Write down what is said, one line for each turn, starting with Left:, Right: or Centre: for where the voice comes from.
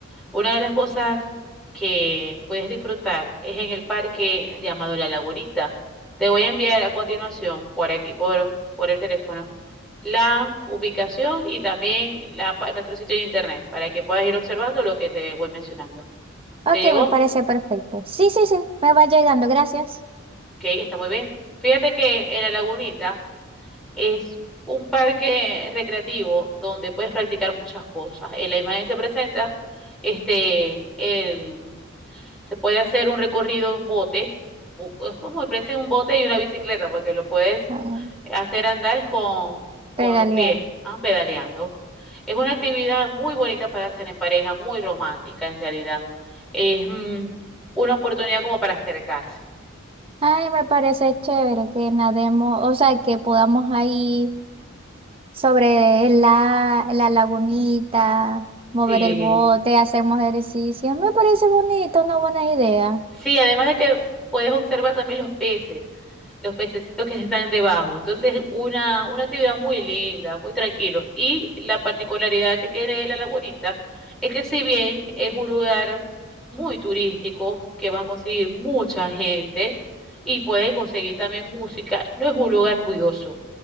Centre: Una de las cosas que puedes disfrutar es en el parque llamado La Lagunita. Te voy a enviar a continuación por aquí, por, por el teléfono, la ubicación y también la, pa- nuestro sitio de internet para que puedas ir observando lo que te voy mencionando.
Right: Ok,
Centre: ¿Te llegó?
Right: me parece perfecto. Sí, sí, sí, me va llegando, gracias.
Centre: Ok, está muy bien. Fíjate que en La Lagunita es un parque recreativo donde puedes practicar muchas cosas. En la imagen se presenta este, el Se puede hacer un recorrido en bote, o- es como especie un bote y una bicicleta, porque lo puedes
Right: Ah,
Centre: hacer andar es con, con
Right: pedalear.
Centre: los pies, ah, pedaleando. Es una actividad muy bonita para hacer en pareja, muy romántica en realidad. Es mm, una oportunidad como para acercarse.
Right: Ay, me parece chévere que nademos, o sea, que podamos ahí. sobre la, la lagunita, mover
Centre: Sí,
Right: el bote, hacemos ejercicio. Me parece bonito, una buena idea.
Centre: Sí, además de que puedes observar también los peces, los pececitos que están debajo. Entonces, una, una actividad muy linda, muy tranquilo. Y la particularidad que tiene la lagunita es que si bien es un lugar muy turístico, que va a conseguir mucha gente y puedes conseguir también música, no es un lugar ruidoso.